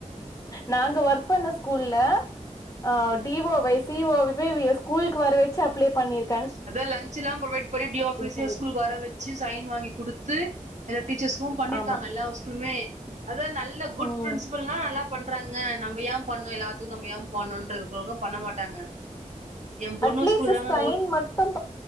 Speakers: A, on the left; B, on the right.
A: நாங்க ஒர்க் பண்ண ஸ்கூல்ல ஆ டி ஓ வ சி ஓ வெ ஸ்கூலுக்கு வர வச்சு அப்ளே பண்ணிருக்
B: அத லச்ல்லா புரோவெய்ட் பண்ணி டி ஓ ஆஃபிஸே
A: சொல்லி
B: ஸ்கூலுக்கு வர வச்சு சைன் வாங்கி குடுத்து எல்லா டீச்சர்ஸ்க்கு பண்ணிருக்காங்க
A: ஆமா
B: எல்லா ஸ்கூலுமே அத நல்ல குட்
A: ம்
B: பிரின்சிபல்னா நல்லா பண் அப்பறங்க நம்ம ஏ பண்ணனு எல்லாத்துக்கு நம்ம ஏ பண்ணனுன்னு இருக்கவங்க பண்ண மாட்டாங்க எ பொண்ணு
A: அட்லீஸ்ட்
B: ஸ்கூல்லதாங்க
A: சைன் மட்டும்